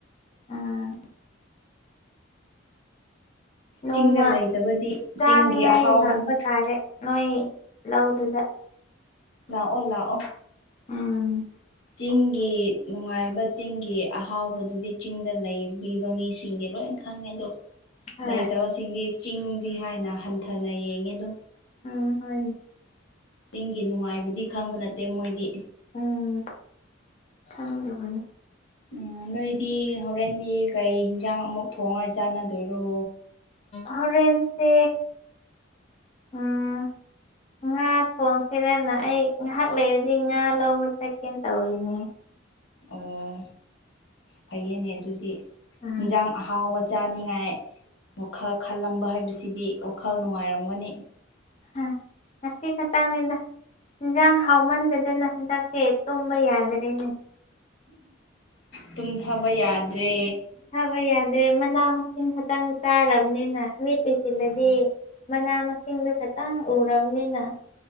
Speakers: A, on the left; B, on the left.
A: ꯑꯥ ꯅꯣꯡꯃ
B: ꯆꯤꯡꯗ ꯂꯩꯇꯕꯗꯤ
A: ꯆꯥꯅꯤꯉꯥꯏ
B: ꯆꯤꯡꯒꯤ ꯑꯍꯥꯎꯕꯗꯨ
A: ꯂꯥꯛꯄ ꯇꯥꯔꯦ ꯅꯣꯏ ꯂꯧꯗꯨꯗ
B: ꯂꯥꯛꯑꯣ ꯂꯥꯛꯑꯣ
A: ꯎꯝ
B: ꯆꯤꯡꯒꯤ ꯅꯨꯡꯉꯥꯏꯕ ꯆꯤꯡꯒꯤ ꯑꯍꯥꯎꯕꯗꯨꯗꯤ ꯆꯤꯡꯗ ꯂꯩꯕꯤꯕ ꯃꯤꯁꯤꯡꯗꯤ ꯂꯣꯏ ꯈꯪꯉꯦ ꯑꯗꯣ
A: ꯍꯣꯏ
B: ꯂꯩꯇꯕꯁꯤꯡꯗꯤ ꯆꯤꯡꯗꯤ ꯍꯥꯏꯅ ꯍꯟꯊꯅ ꯌꯦꯡꯉꯦ ꯑꯗꯣ
A: ꯎꯝ ꯍꯣꯏ
B: ꯆꯤꯡꯒꯤ ꯅꯨꯡꯉꯥꯏꯕꯗꯤ ꯈꯪꯕ ꯅꯠꯇꯦ ꯃꯣꯏꯗꯤ
A: ꯎꯝ ꯈꯪꯗꯕꯅꯤ
B: ꯎ ꯅꯣꯏꯗꯤ ꯍꯣꯔꯦꯟꯗꯤ ꯀꯩ ꯍꯤꯟꯖꯥꯡ ꯑꯃꯨꯛ ꯊꯣꯡꯉꯒ ꯆꯥꯟꯅꯗꯣꯏꯔꯣ
A: ꯍꯣꯔꯦꯟꯁꯦ ꯎꯝ ꯉꯥ ꯉꯥ ꯊꯣꯡꯁꯤꯔꯅ ꯑꯩ ꯉꯥꯏꯍꯥꯛ ꯂꯩꯔꯗꯤ ꯉꯥ ꯂꯧꯕ ꯆꯠꯀꯦꯅ ꯇꯧꯔꯤꯅꯦ
B: ꯑꯣ ꯐꯩꯌꯦꯅꯦ ꯑꯗꯨꯗꯤ
A: ꯎꯝ
B: ꯏꯟꯖꯥꯡ ꯑꯍꯥꯎꯕ ꯆꯥꯅꯤꯡꯉꯥꯏ ꯋꯥꯈꯜ ꯈꯜꯂꯝꯕ ꯍꯥꯏꯕꯁꯤꯗꯤ ꯋꯥꯈꯜ ꯅꯨꯡꯉꯥꯏꯔꯝꯒꯅꯤ
A: ꯎꯝ ꯉꯁꯤ ꯈꯠꯇꯥꯡꯅꯤꯗ ꯏꯟꯖꯥꯡ ꯍꯥꯎꯃꯟꯗꯗꯅ ꯍꯟꯗꯥꯛꯁꯦ ꯇꯨꯝꯕ ꯌꯥꯗ꯭ꯔꯦꯅꯦ
B: ꯇꯨꯝꯊꯕ ꯌꯥꯗ꯭ꯔꯦ
A: ꯍꯣꯏ ꯌꯥꯗ꯭ꯔꯦ ꯃꯅꯥ ꯃꯁꯤꯡ ꯈꯛꯇꯪ ꯆꯥꯔꯕꯅꯤꯅ ꯃꯤꯠ ꯎꯏꯁꯤꯜꯂꯗꯤ
B: ꯎꯝ
A: ꯃꯅꯥ ꯃꯁꯤꯡꯗꯨ ꯈꯇꯪ ꯎꯔꯕꯅꯤꯅ